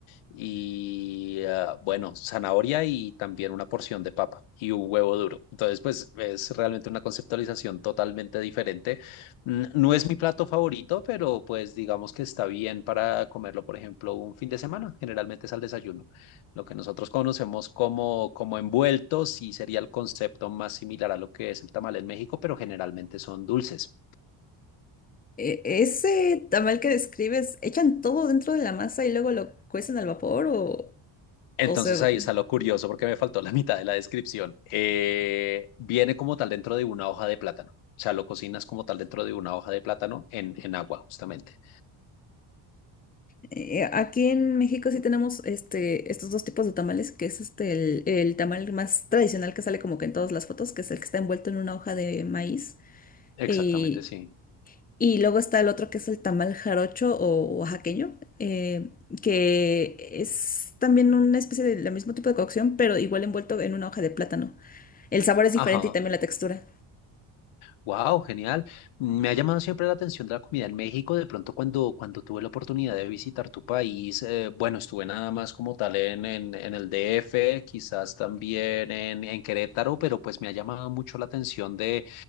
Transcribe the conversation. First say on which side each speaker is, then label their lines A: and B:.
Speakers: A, on the left; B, on the left.
A: y ah, bueno, zanahoria y también una porción de papa y un huevo duro. Entonces, pues es realmente una conceptualización totalmente diferente. N- No es mi plato favorito, pero pues digamos que está bien para comerlo, por ejemplo, un fin de semana. Generalmente es al desayuno. Lo que nosotros conocemos como, como envueltos sí sería el concepto más similar a lo que es el tamal en México, pero generalmente son dulces.
B: E- ese tamal que describes, ¿echan todo dentro de la masa y luego lo cuecen al vapor o,
A: Entonces
B: o sea,
A: ahí está lo curioso porque me faltó la mitad de la descripción. Eh, viene como tal dentro de una hoja de plátano. O sea, lo cocinas como tal dentro de una hoja de plátano en, en agua, justamente.
B: Eh, aquí en México sí tenemos este, estos dos tipos de tamales, que es este, el, el tamal más tradicional que sale como que en todas las fotos, que es el que está envuelto en una hoja de maíz.
A: Exactamente,
B: Y,
A: sí.
B: y luego está el otro que es el tamal jarocho o oaxaqueño, eh, que es también una especie de la mismo tipo de cocción, pero igual envuelto en una hoja de plátano. El sabor es diferente
A: Ajá.
B: y también la textura.
A: Wow, genial. Me ha llamado siempre la atención de la comida en México. De pronto, cuando, cuando tuve la oportunidad de visitar tu país, eh, bueno, estuve nada más como tal en, en, en el DF, quizás también en, en Querétaro, pero pues me ha llamado mucho la atención de